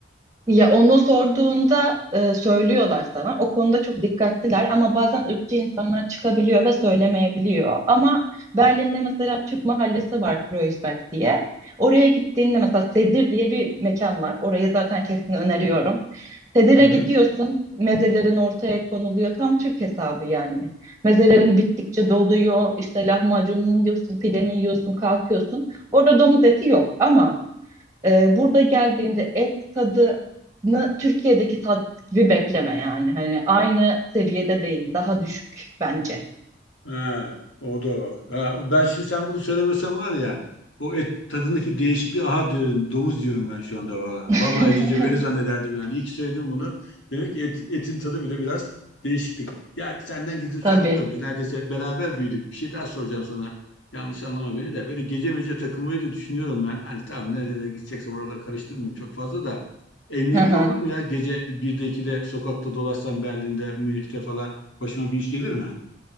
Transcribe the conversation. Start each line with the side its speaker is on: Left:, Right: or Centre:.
Right: Ya onu sorduğunda e, söylüyorlar sana. O konuda çok dikkatliler ama bazen ırkçı insanlar çıkabiliyor ve söylemeyebiliyor. Ama Berlin'de mesela Türk mahallesi var Kreuzberg diye. Oraya gittiğinde mesela Sedir diye bir mekan var. Orayı zaten kesin öneriyorum. Sedir'e
Left: Hı hı.
Right: gidiyorsun, mezelerin ortaya konuluyor. Tam Türk hesabı yani. Mezelerin bittikçe doluyor, işte lahmacununu yiyorsun, pideni yiyorsun, kalkıyorsun. Orada domuz eti yok ama ee, burada geldiğinde et tadını Türkiye'deki tat gibi bekleme yani. Hani aynı seviyede değil, daha düşük bence.
Left: Ha, o da bak. Ha, ben şimdi sen bunu söylemesen var ya o et tadındaki değişikliği aha diyorum domuz diyorum ben şu anda valla.
Right: <laughs>
Left: Vallahi Ececiğim öyle zannederdim yani. İyi ki söyledim bunu. Demek ki et, etin tadı bile biraz değişiklik. Ya senden gizli
Right: Tabii.
Left: saklı yok. Biz neredeyse beraber büyüdük. Bir şey daha soracağım sana. Yanlış anlama beni de. Böyle gece mece takılmayı da düşünüyorum ben. Hani tamam nerelere gideceksem oraları karıştırmayayım çok fazla da. Emniyetli
Right: Hı hı.
Left: olur mu ya? Gece 1'de 2'de sokakta dolaşsam Berlin'de, Münih'te falan başıma bir iş gelir mi?